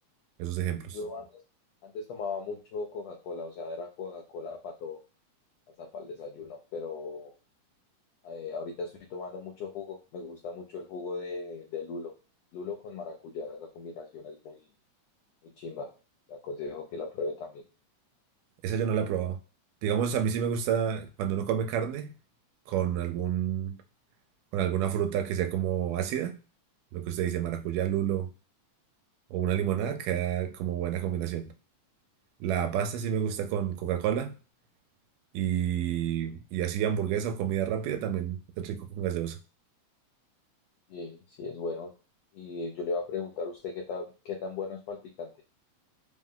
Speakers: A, on the right; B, on the left.
A: Esos ejemplos.
B: Yo antes, antes tomaba mucho Coca-Cola, o sea, era Coca-Cola para todo, hasta para el desayuno, pero eh, ahorita estoy tomando mucho jugo. Me gusta mucho el jugo de, de lulo. Lulo con maracuyá, esa combinación es muy muy chimba. Le aconsejo que la pruebe también.
A: Esa yo no la he probado. Digamos, a mí sí me gusta cuando uno come carne con algún, con alguna fruta que sea como ácida. Lo que usted dice, maracuyá, lulo o una limonada, queda como buena combinación. La pasta sí me gusta con Coca-Cola Y, y así hamburguesa o comida rápida también es rico con gaseosa.
B: Y sí, es bueno. Y yo le iba a preguntar a usted qué tan, qué tan bueno es para el picante.